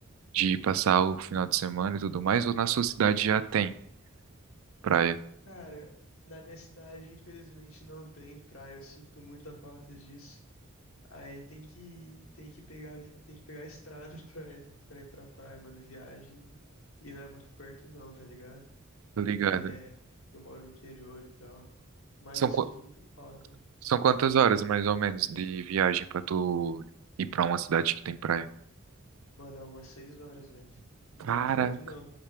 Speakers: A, on the right; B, on the left.
A: de passar o final de semana e tudo mais, ou na sua cidade já tem praia?
B: Cara, na minha cidade, infelizmente, não tem praia. Eu sinto muita falta disso. Aí tem que, tem que pegar, vi- tem que pegar a estrada <laughs> pra, pra ir pra praia, mano, viagem. E, e não é muito perto não, tá ligado?
A: Tô ligado.
B: É, eu moro no interior e tal. Mas
A: São,
B: eu sinto
A: qu-
B: muita falta.
A: são quantas
B: Ah,
A: horas mais ou menos de viagem pra tu ir pra uma cidade que tem praia?
B: mano, é umas seis horas, velho. Não
A: Cara,
B: é perto não.